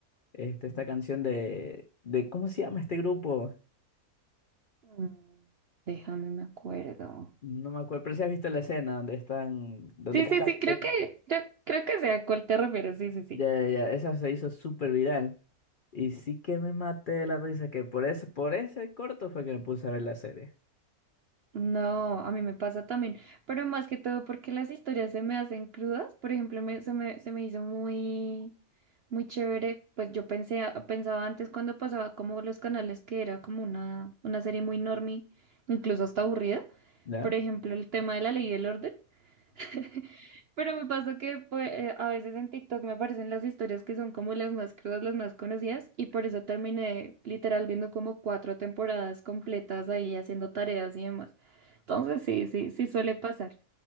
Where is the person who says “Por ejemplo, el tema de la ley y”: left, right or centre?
Right